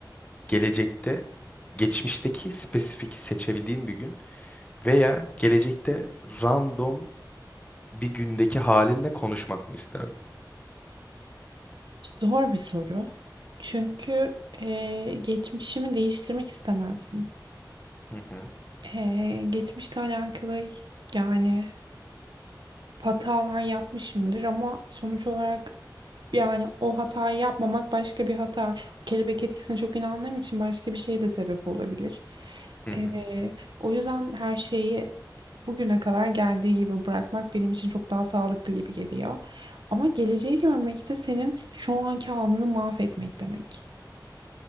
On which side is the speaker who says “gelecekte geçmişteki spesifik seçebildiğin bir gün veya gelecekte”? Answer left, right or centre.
Left